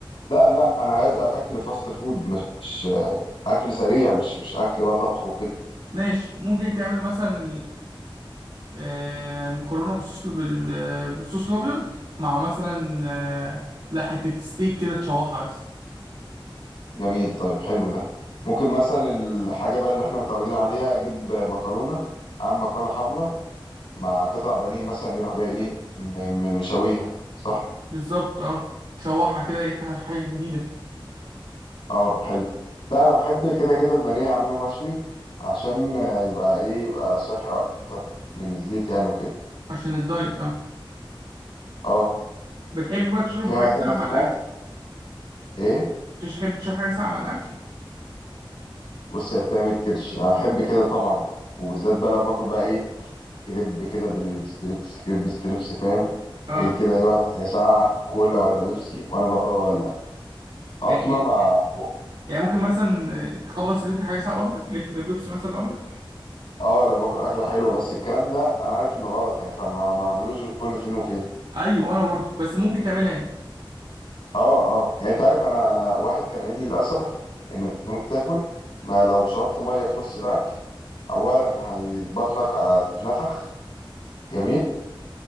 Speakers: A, on the left (about 85°); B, on the right (about 75°).
A: لا لا انا عايز اكل فاست فود مش آه، اكل سريع مش مش اكل بقى طبخ وكده
B: ماشي ممكن تعمل مثلا آه، مكرونه بالصوص بال- بالصوص الابيض مع مثلا آه، لا حته ستيك كده تشوحها بس
A: جميل طيب حلو ده ممكن مثلا الحاجه بقى اللي احنا متعودين عليها اجيب مكرونه اعمل مكرونه حمراء مع قطع بانيه مثلا يروح جاي ايه م- م- مشويها صح
B: بالظبط اه تشوحها كده ي- ح- حاجه جديده
A: اه حلو لا انا بحب كده كده البانيه اعمله مشوي عشان آه، يبقى ايه يبقى صحي اكتر من الزيت يعني وكده
B: عشان الدايت اه
A: اه
B: بتحب بقى تشرب
A: في
B: حاجه
A: حاجه تانية
B: ساقعه مع
A: في
B: الاكل
A: دماغك ايه
B: بتحب تشرب حاجه ساقعه مع الاكل
A: بص هي بتعمل كرش انا بحب كده طبعا وبالذات بقى لو باكل بقى ايه كريب كده بالستريبس كريب ستريبس فاهم
B: اه
A: اجيب كده ايه واحده حاجه ساقعه كولا ولا بيبسي وانا بقى بولع قطمه
B: يعني
A: مع بق
B: يعني ممكن مثلا آه، تخلص لتر حاجه ساقعه لوحدك لتر بيبسي مثلا لوحدك
A: اه لو باكل اكله حلوه بس الكلام ده انا عارف انه غلط يعني فما ما اعملوش غير كل فين وفين
B: ايوه انا برضو بس ممكن تعملها يعني
A: اه اه يعني انت عارف انا انا واحد كان قايل لي للاسف ان انت تاكل ما لو شربت ميه في نص الاكل اولا هي بطنك هتتنفخ جميل